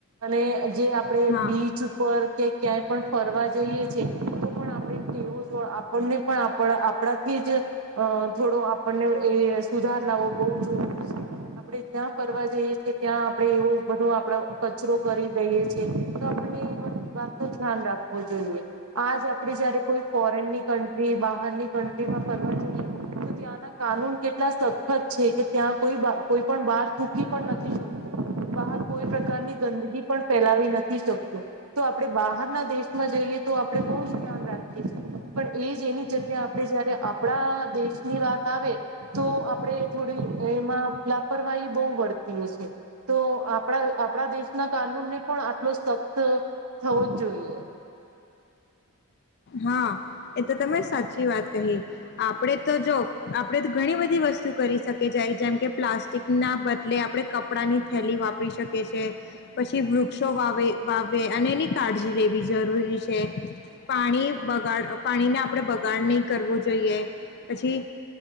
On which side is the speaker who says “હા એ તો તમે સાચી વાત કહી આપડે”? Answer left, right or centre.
Left